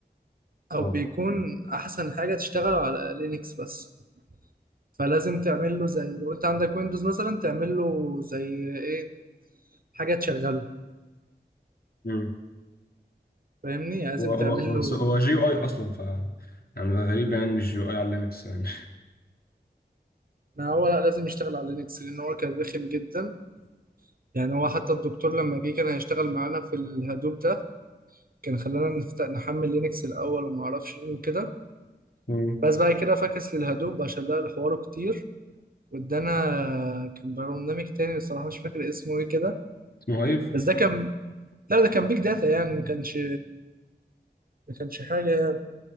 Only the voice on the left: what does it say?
اه
مم.
هو هو
هو
هو جي يو اي اصلا ف يعني غريب يعني مش جي يو اي على لينكس يعني
مم.
اسمه ايف